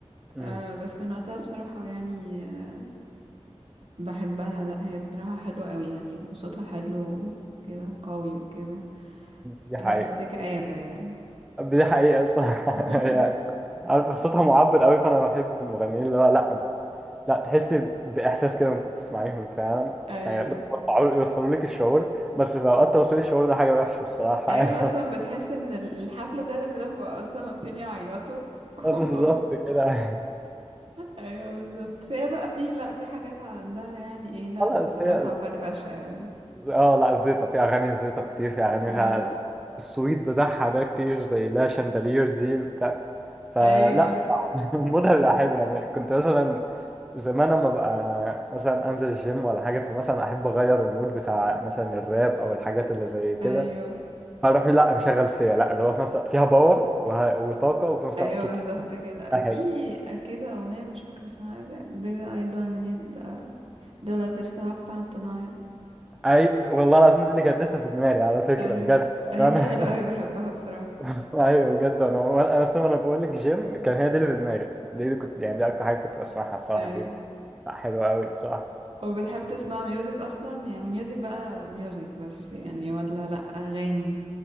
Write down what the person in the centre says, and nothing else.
أمم.
دي حقيقة
دي حقيقة صح <laughs>
يعني عارف صوتها معبر قوي فأنا بحب المغنيين اللي هو لأ لأ تحس بإحساس كده وأنت بتسمعيهم فعلا
يعني يقدروا يوقعوا- يوصلوا لك الشعور بس في أوقات توصيل الشعور ده حاجة وحشة الصراحة
يعني
<laughs> بالظبط كده
خلاص
هي
اه لا زيطة في أغاني زيطة كتير في أغاني
فيها السويت بتاعها ده كتير زي لا شاندالير دي بتاع فلا
صح <laughs> مودها بيبقى حلو يعني كنت مثلا زمان اما ببقى مثلا انزل الجيم ولا حاجه فمثلا احب اغير المود بتاع مثلا الراب او الحاجات اللي زي كده
فاروح لا مشغل سيا لا اللي هو في نفس الوقت فيها باور وه- وطاقه وفي نفس
الوقت صوتها
حلو
اي والله العظيم دي اللي كانت لسه في دماغي على فكره
بجد
يعني
انا
<laughs> ايوه بجد انا وأنا- انا اصلا انا بقول لك جيم كان هي دي اللي في دماغي دي اللي كنت يعني دي اكتر حاجه كنت بسمعها الصراحه
دي لا حلوه قوي الصراحه